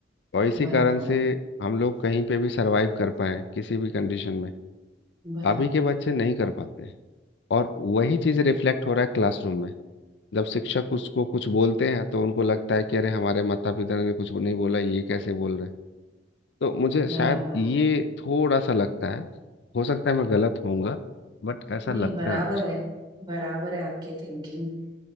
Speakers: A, on the left; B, on the right.
A: और इसी
B: बराबर
A: कारण से हम लोग कहीं पे भी सरवाइव कर पाए किसी भी कंडीशन में
B: बराबर
A: अभी के बच्चे नहीं कर पाते और वही
B: हम्म,
A: चीज़ रिफ्लेक्ट हो रहा है क्लासरूम में जब शिक्षक उसको कुछ बोलते हैं तो उनको लगता है कि अरे हमारे माता पिता ने कुछ नहीं बोला ये कैसे बोल रहे हैं तो मुझे
B: बराबर
A: शायद ये थोड़ा सा लगता है हो सकता है मैं गलत होऊंगा बट ऐसा
B: नहीं
A: लगता
B: बराबर
A: है मुझे
B: है बराबर है आपकी थिंकिंग